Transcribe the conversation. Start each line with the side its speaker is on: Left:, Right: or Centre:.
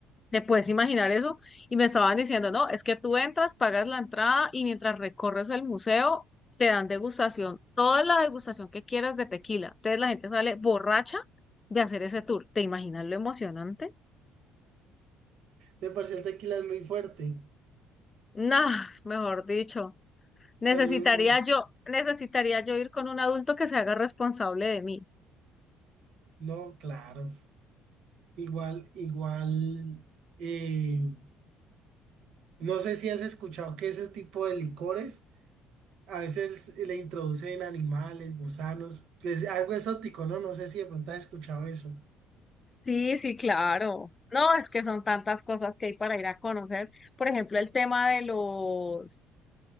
Left: ¿Te puedes imaginar eso? Y me estaban diciendo, no, es que tú entras, pagas la entrada y mientras recorres el museo te dan degustación, toda la degustación que quieras de tequila. Entonces la gente sale borracha de hacer ese tour. ¿Te imaginas lo emocionante?
Right: de por sí el tequila es muy fuerte.
Left: Nah, mejor dicho. Necesitaría
Right: Sale uno-
Left: yo, necesitaría yo ir con un adulto que se haga responsable de mí.
Right: No, claro. Igual, igual. eh, No sé si has escuchado que ese tipo de licores a veces le introducen animales, gusanos, pues algo exótico, ¿no? No sé si de pronto has escuchado eso.
Left: Sí, sí, claro. No, es que son tantas cosas que hay para ir a conocer. Por ejemplo, el tema de los...